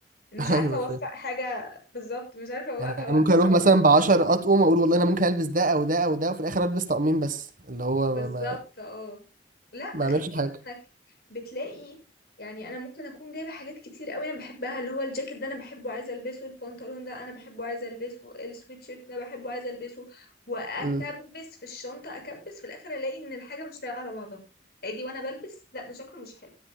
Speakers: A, on the left; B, on the right.
A: مش
B: <laughs>
A: عارفة
B: ايوه
A: اوفق
B: فاهم
A: حاجة بالظبط مش عارفة اوفق
B: يعني أنا ممكن اروح
A: اوفق
B: مثلا ب
A: حاجة
B: 10
A: لبس
B: اطقم اقول والله انا ممكن البس ده او ده او ده وفي الاخر البس طقمين بس اللي هو
A: بالظبط
B: ما ما,
A: اه لا
B: ما
A: غير
B: اعملش
A: كده
B: حاجة
A: بتلاقي يعني انا ممكن اكون جايبه حاجات كتير قوي انا بحبها اللي هو الجاكيت ده انا بحبه عايزه البسه البنطلون ده انا بحبه عايزه البسه السويتشيرت ده بحبه عايزه البسه واكبس
B: امم
A: في الشنطه اكبس في الاخر الاقي ان الحاجه مش لايقه على بعضها اجي وانا بلبس لا ده شكله مش حلو